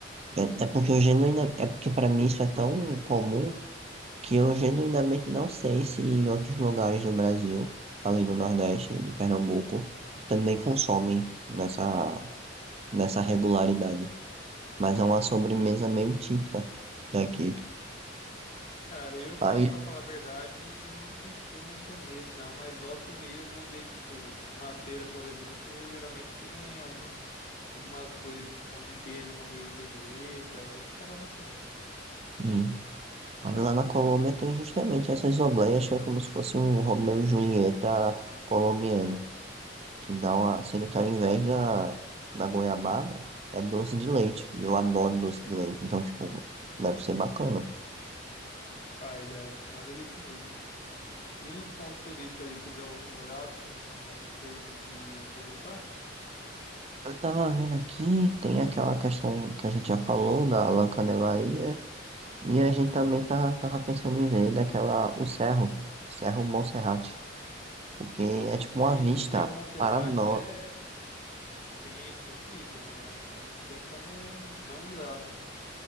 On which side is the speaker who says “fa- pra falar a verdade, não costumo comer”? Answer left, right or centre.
Left